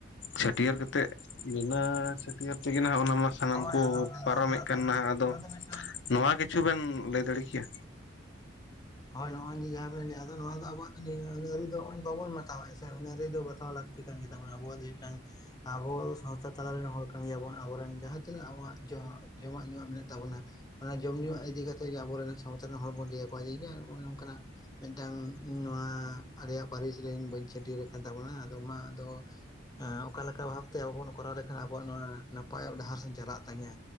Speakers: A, on the left; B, on the left.
A: ᱪᱷᱟᱹᱴᱭᱟᱹᱨ ᱠᱟᱛᱮᱜ ᱢᱤᱜᱢᱟᱥ ᱪᱷᱟᱹᱴᱭᱟᱹᱨ ᱛᱮᱜᱮ ᱱᱟᱦᱟᱜ ᱚᱱᱟ ᱢᱟᱥ ᱥᱟᱱᱟᱢ
B: ᱦᱳᱭ
A: ᱠᱚ
B: ᱟᱫᱚ ᱱᱚᱣᱟ
A: ᱯᱟᱨᱚᱢᱮᱜ
B: ᱫᱚ ᱟᱫᱚ
A: ᱠᱟᱱ ᱱᱟᱦᱟᱜ ᱟᱫᱚ
B: ᱱᱚᱣᱟ ᱫᱚ ᱢᱤᱫᱴᱟᱝ
A: ᱱᱚᱣᱟ ᱠᱤᱪᱷᱩ ᱵᱮᱱ ᱞᱮᱭ ᱫᱟᱲᱮ ᱠᱮᱭᱟ᱾
B: ᱦᱚᱭ ᱱᱚᱜᱼᱚᱭ ᱡᱮ ᱡᱟᱦᱟᱸᱵᱮᱱ ᱞᱮᱭᱫᱚ ᱱᱚᱣᱟ ᱫᱚ ᱟᱵᱚᱣᱟᱜ ᱨᱤ ᱫᱚᱭ ᱵᱟᱵᱚᱱ ᱵᱟᱛᱟᱣᱟ ᱦᱮᱸ ᱥᱮ ᱚᱱᱟ ᱟᱹᱨᱤ ᱫᱚ ᱵᱟᱛᱟᱣ ᱞᱟᱠᱛᱤ ᱠᱟᱱ ᱜᱮ ᱛᱟᱵᱚᱱᱟ ᱟᱵᱚᱣᱟᱜ ᱡᱮ ᱢᱤᱫᱴᱟᱹᱝ ᱟᱵᱚ ᱥᱟᱶᱛᱟ ᱛᱟᱞᱟᱨᱮᱱ ᱦᱚᱲ ᱠᱟᱱ ᱜᱮᱭᱟᱵᱚᱱ ᱟᱵᱚᱨᱮᱱ ᱡᱟᱦᱟᱸ ᱛᱤᱱᱟᱹᱜ ᱟᱵᱚᱭᱟᱜ ᱡᱚᱢᱟᱜ, ᱡᱚᱢᱟᱜ ᱧᱩᱣᱟᱜ ᱢᱮᱱᱟᱜ ᱛᱟᱵᱚᱱᱟ ᱡᱚᱢ ᱧᱩ ᱤᱫᱤ ᱠᱟᱛᱮᱜ ᱜᱮ ᱟᱵᱚᱨᱮᱱ ᱥᱟᱶᱛᱟ ᱨᱮᱱ ᱦᱚᱲ ᱵᱚᱱ ᱞᱟᱹᱭ ᱟᱠᱚᱣᱟ ᱡᱮ ᱡᱮ ᱱᱚᱜ-ᱚᱭ ᱱᱚᱝᱠᱟᱱᱟᱜ ᱢᱤᱫᱴᱟᱝ ᱱᱚᱣᱟ ᱟᱞᱮᱭᱟᱜ ᱯᱟᱹᱨᱤᱥ ᱨᱮᱱ ᱵᱟᱹᱧ ᱪᱷᱟᱹᱴᱭᱟᱹᱨ ᱟᱠᱟᱱ ᱛᱟᱵᱚᱱᱟ ᱟᱫᱚ ᱢᱟ ᱟᱫᱚ ᱚᱠᱟᱞᱮᱠᱟ ᱵᱷᱟᱵᱛᱮ ᱟᱵᱚ ᱵᱚᱱ ᱠᱚᱨᱟᱣ ᱞᱮᱠᱷᱟᱱ ᱟᱵᱚᱣᱟᱜ ᱱᱚᱣᱟ ᱱᱟᱯᱟᱭᱼᱚᱜ ᱰᱟᱦᱟᱨ ᱥᱮᱧ ᱪᱟᱞᱟᱜ ᱛᱟᱸᱧᱟᱹ